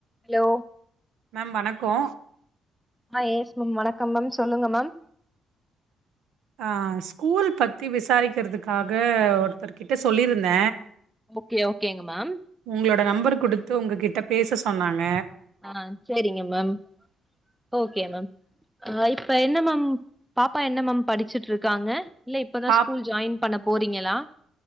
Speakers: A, in the centre; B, on the right.
A: Hello
B: ma'am வணக்கோ
A: ஆ yes ma'am வணக்கம் மேம் சொல்லுங்க மேம்
B: ஆ ஸ்கூல் பத்தி விசாரிக்கிறதுக்காக ஒருத்தர்கர்கிட்ட சொல்லியிருந்த
A: ஓகே ஓகேங்க மேம்
B: உங்களோட நம்பர் குடுத்து உங்ககிட்ட பேச சொன்னாங்க
A: ஆ செரிங்க மேம் ஓகே மேம் அ இப்ப என்ன மேம் பாப்பா என்ன மேம் படிச்சிட்ருக்காங்க இல்ல இப்ப தா
B: பாப்
A: ஸ்கூல் ஜாயின் பண்ண போறீங்களா